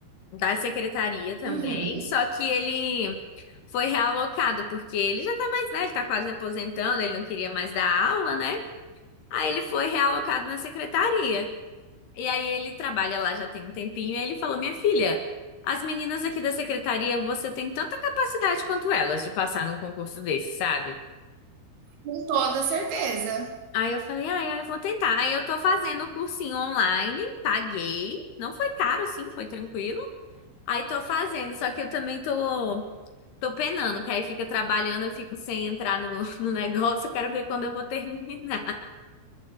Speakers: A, on the left; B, on the right.
A: da secretaria também,
B: Uhum,
A: só que ele foi realocado, porque ele já tá mais velho, tá quase aposentando, ele não queria mais dar aula, né? Aí ele foi realocado na secretaria. E aí ele trabalha lá já tem um tempinho, e ele falou: "Minha filha, as meninas aqui da secretaria, você tem tanta capacidade quanto elas de passar num concurso desse, sabe?"
B: com toda certeza.
A: Aí eu falei, ah, eu vou tentar. Aí eu tô fazendo o cursinho online, paguei. Não foi caro, assim, foi tranquilo. Aí tô fazendo, só que eu também tô. Tô penando, que aí fica trabalhando, eu fico sem entrar no, <laughs> no negócio, eu quero ver quando eu vou terminar.